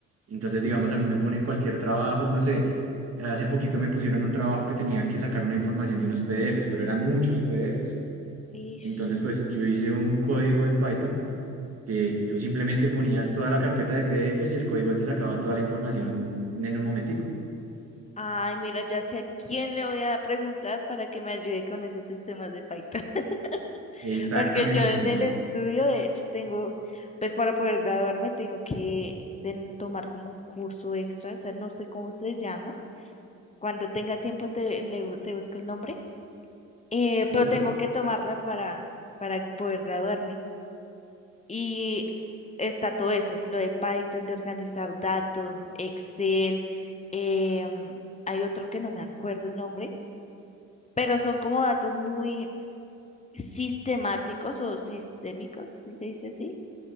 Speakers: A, on the right (about 50°); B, on the left (about 25°).
A: Entonces, digamos, a mí me ponen cualquier trabajo, no sé, hace poquito me pusieron un trabajo que tenía que sacar una información de unos PDFs, pero eran muchos PDFs.
B: Ish.
A: Entonces, pues yo hice un código en Python que tú simplemente ponías toda la carpeta de PDFs y el código te sacaba toda la información en un momentico.
B: Ay, mira, ya sé a quién le voy a preguntar para que me ayude con esos sistemas de Python. <laughs>
A: Exactamente,
B: Porque yo en
A: sí.
B: el estudio, de hecho, tengo, pues para poder graduarme, tengo que ten- tomar como un curso extra, o sea, no sé cómo se llama. Cuando tenga tiempo te, le bu- te busco el nombre, eh,
A: Ok.
B: pero tengo que tomarla para, para poder graduarme. Y está todo eso, lo de Python, de organizar datos, Excel, em, hay otro que no me acuerdo el nombre pero son como datos muy sistemáticos o sistémicos, si se dice así.